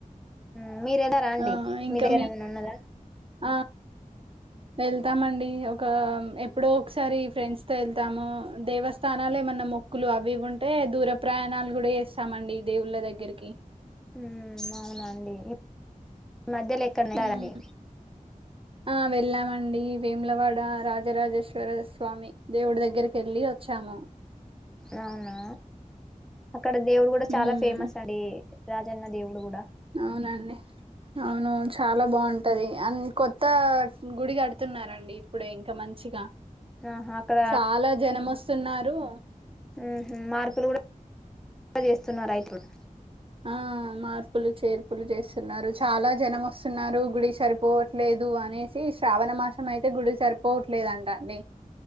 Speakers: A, in the centre; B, on the right.
A: హు మీరేనా రాండీ
B: ఆ ఇంకా
A: మీ దగ్గర ఏమైనా ఉన్నదా
B: ఆ వెళ్తామండి ఒక ఎప్పుడో ఒకసారి ఫ్రెండ్స్ తో వెళ్తాము. దేవస్థానాలు ఏమన్నా మొక్కులు అవి ఉంటే దూర ప్రయాణాలు కూడా చేస్తామండి దేవుళ్ళ దగ్గరికి
A: ఊ అవునండి. ఈ మధ్యలో ఎక్కడ ఉంటాదండి.
B: హ్మ్. ఆ వెళ్ళామండి. వేములవాడ రాజరాజేశ్వర స్వామి దేవుడి దగ్గరికి వెళ్ళి వచ్చాము.
A: అవునా. ఇక్కడ దేవుడు కూడా
B: హ్మ్.
A: చాలా ఫేమస్ అండి. రాజన్న దేవుడు కూడా
B: అవునండి అవును చాలా బాగుం టది అన్ కొత్త గుడి కడుతున్నారండి ఇప్పుడు ఇన్ ఇంకా మంచిగా
A: ఆహా అక్కడ
B: చాలా జనం వస్తున్నారు. రూ
A: ఊహు మార్పులు కూడా చేస్తున్నార ఇప్పుడు
B: ఆ మార్పులు చేర్పులు చేస్తున్నారు. చాలా జనం వస్తున్నారు గుడి సరిపోవట్లేదు అనేసి శ్రావణ మాసం అయితే గుడి సరిపోవట్లేదంట అండి.